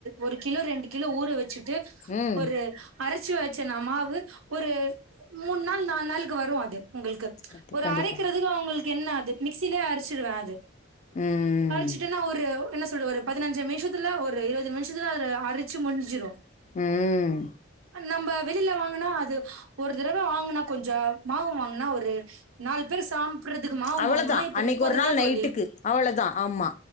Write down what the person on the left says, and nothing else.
ம்.
கண்டி
கண்டிப்பா.
ம்.
ம்
அவ்வளவுதான்
அன்னைக்கு
ஒரு
நாள்
நைட்டுக்கு அவ்வளவுதான் ஆமா